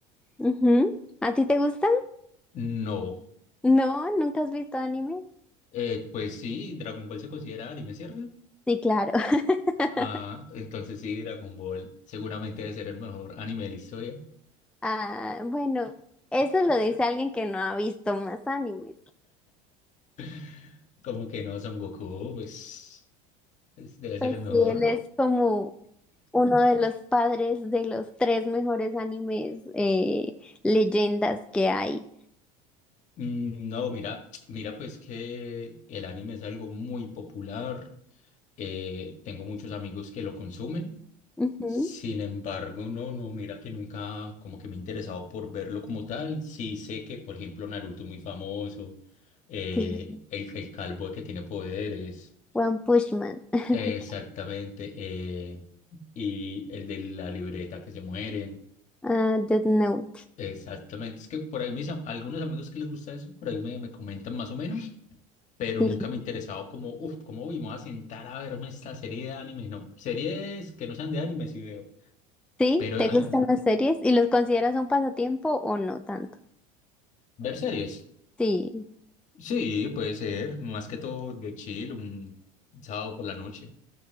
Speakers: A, in the centre; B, on the left.
A: ujú. ¿A ti te gusta?
B: No.
A: No, ¿nunca has visto anime?
B: Eh, pues sí, Dragon Ball se considera anime, ¿cierto?
A: Sí, claro. <laughs>
B: Ah, entonces sí, Dragon Ball seguramente debe ser el mejor anime de la historia.
A: Ah, bueno, eso lo dice alguien que no ha visto más animes.
B: <laughs> Como que no, Son Goku, pues es- debe
A: Pues
B: ser el mejor.
A: sí, él es como uno de los padres de los tres mejores animes eh, leyendas que hay.
B: Mm, No, mira, mira, pues que el anime es algo muy popular. Eh, tengo muchos amigos que lo consumen.
A: Ujú,
B: Sin embargo, no, no, mira que nunca como que me he interesado por verlo como tal. Sí sé que, por ejemplo, Naruto es muy famoso, eh,
A: Sí,
B: el, el calvo que tiene poderes,
A: One Punch Man, <laughs>
B: eh, exactamente, eh, y el de la libreta que se mueren,
A: Ah, Death Note.
B: exactamente. Es que por ahí mis, am- algunos amigos que les gusta eso, por ahí me, me comentan más o menos, pero
A: Sí.
B: nunca me he interesado como, uff, ¿cómo uy, me voy a sentar a verme esta serie de anime? No, series que no sean de anime sí veo,
A: ¿Sí?
B: pero
A: ¿Te gustan
B: an-
A: las series? ¿Y los consideras un pasatiempo o no tanto?
B: ver series.
A: Sí.
B: Sí, puede ser, más que todo de chill, un sábado por la noche.